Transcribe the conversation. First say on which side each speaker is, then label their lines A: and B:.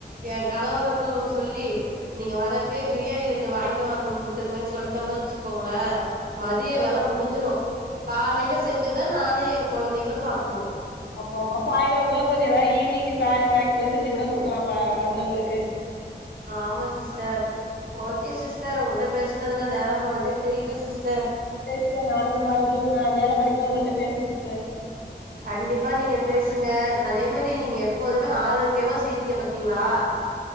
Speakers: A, on the right; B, on the left.
A: எ கணவர கு சொல்லி நீங்க வரப்பயே பிரியாணி ரெண்டு வாங்கிட்டு வந்துருங்கன்னு சொல்லிட்டோம்னு வச்சுக்கோங்களே மதிய வேலை முடிஞ்சிரு காலைல செஞ்சத நானு எ கொழந்தைங்களு சாப்ட்டுருவோ
B: ஆமா ஆமா சாயங்காலங்கலா கொஞ்சோ ஏதா ஈவினிங் ஸ்நா ஸ்நாக்ஸ் மாரி செஞ்சுகூட குடுக்கலா பா வந்தவங்களுக்கு
A: ஆமா சிஸ்டர், ஓகே சிஸ்டர், உங்கள்ட பேசுனதுல நேரம் போனதே தெரியல சிஸ்டர்
B: சேர் சிஸ்டர் நாளைக் மறுடியு நா நேரோ கடைக்கும்போ ஒங்ககிட்ட பேசுறன் ஸ்டர்
A: கண்டிப்பா நீங்க பேசுங்க அதே மாரி நீங்க எப்போதுமே ஆரோக்கியமா செய்றீங்க பாத்தீங்ளா
B: அ,